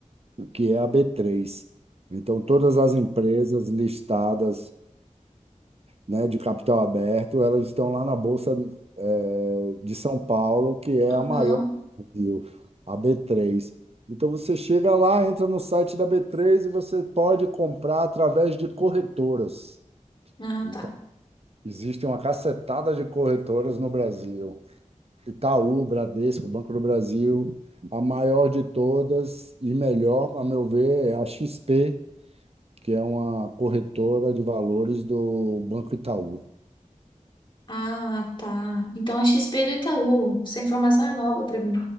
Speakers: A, on the right; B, on the left.
A: que é a b três. Então, todas as empresas listadas né, de capital aberto, elas estão lá na Bolsa, eh, de São Paulo, que é
B: Aham.
A: a maior do Brasil, a B3. Então você chega lá, entra no site da B3 e você pode comprar através de corretoras.
B: Ah,
A: Então,
B: tá.
A: existem uma cacetada de corretoras no Brasil. Itaú, Bradesco, Banco do Brasil, a maior de todas e melhor, a meu ver, é a XP, que é uma corretora de valores do Banco Itaú.
B: Ah, tá. Então a XP do Itaú. Essa informação é nova para mim.